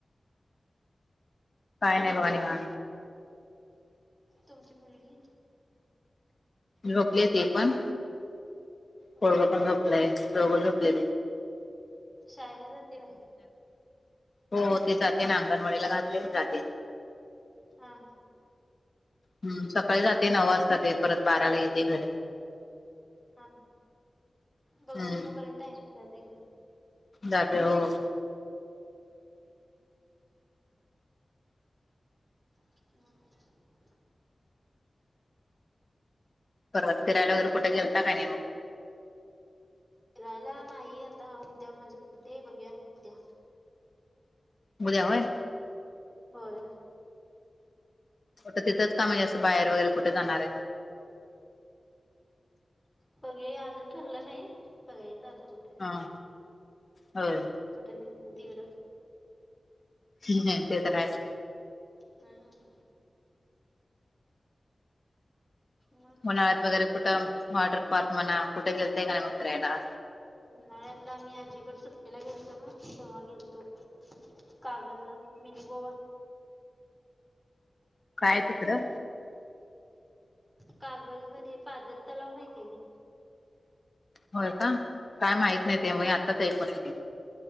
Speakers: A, on the left; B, in the centre.
A: काय नाही बणी म.
B: तुमची मुलगी.
A: रोकले ते पण
B: होय
A: कोग
B: का
A: पण झोपलाय जव झोपले
B: शाळेला जाते काय
A: हो ते जाते ना अंगणवाडीला घातले जाते
B: हा हा
A: हम्म सकाळी जाते नऊ वाजता ते परत बाराला येते घरी.
B: हा बघू
A: हम्म.
B: बघू पर्यंत आहे जाते ग
A: जाते हो.
B: हम्
A: परत फिरायला वगर कुठे गेल का नाही मग
B: फिरायला नाही आता उद्या मजा उद्या बघूया उद्या
A: बुलाा होय.
B: होय.
A: तिंच का म्हणजें बार वगैरे कुठे जाणार आहे.
B: बघे अजून ठरलं नाही बघायचं आता कुठे?
A: हां हो.
B: कुठे निंत तीवड
A: हम् ह ते तर राहा
B: हम्. मग
A: उन्हाळत वगैरे कुठं वॉटर पार्क म्हणा कुठे गेलतय का म करायला
B: उन्हाळ्यातला मी आजीकड सुट्टेला गेलतो ना जेव्हा गेलतो कागल मीन बोवा
A: काय तिकडं.
B: कागल मध्ये पाजल तलाव माहिती आहे
A: होय का काय माहित नाही ते मग आत्ताच ऐकून आहे.